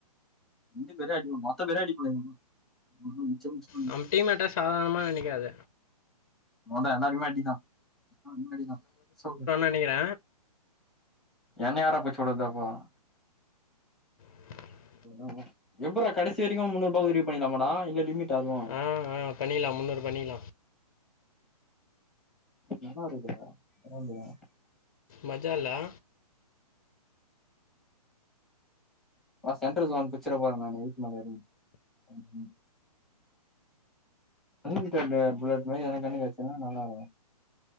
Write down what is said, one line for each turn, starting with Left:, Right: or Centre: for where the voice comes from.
Centre: ரெண்டு பேரியு அடிவிழு மொத்த பேரியு அடிப்பானுங்க <unintelligible>
Left: நம்ம டீம் மேட்ட சாதாரணமா நெனைக்காத
Centre: போறா எல்லாரியுமே அடிதா அடி தா சொ
Left: பண்ணிக்கிற
Centre: என்ன யாரா போல்ச்சி வுடுறதப்போ
Left: <unintelligible>
Centre: ஆமா எப்புறா கடைசி வெரிக்கு முன்னுறுபவுல்கு எடிட் பண்ணிக்லாமாடா இல்ல லிமிட் அ அதுவு
Left: ஆ ஆ பண்ணிக்கலா முன்நூறு பண்ணிகலா
Centre: எங்கென்ன இருக்குதா <unintelligible>
Left: மஜாலா
Centre: வா சென்ட்ர்ஜோன் பிச்சிர பாருங்க நம்ம விட்டு மேல ஏறி நின்னு அன்ன வீட்டாண்ட புல்லட் மாரி எனக்ஒன்னு கெடச்சிதுண்ணா நல்லா இருக்கு